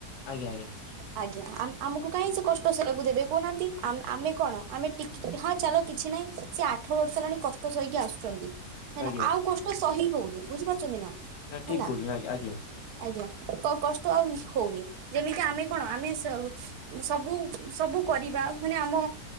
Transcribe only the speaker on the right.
ଆଜ୍ଞା ଆମକୁ କାଇହିଁ ସେ କଷ୍ଟ ସେ କୁ ଦେବେ କହୁନାହାନ୍ତି ଆ ଆମେ କଣ ଆମେ ହଁ ଚାଲ କିଛି ନାହିଁ ସେ ଆଠ ବର୍ଷ ହେଲାଣି କସ୍ ଷ୍ଟ ସହିକି ଆସୁଚନ୍ତି ହେଲା
ଆଉ କଷ୍ଟ ସହି ହଉନି ବୁଝିପାରୁଚନ୍ତି ନା।
ହେଲା
ଆଜ୍ଞା କ- କଷ୍ଟ ଆଉ ହଉନି ଯେମିତି ଆମେ ସ କଣ ଆମେ ସବୁ ସବୁ କରିବା ମାନେ ଆମ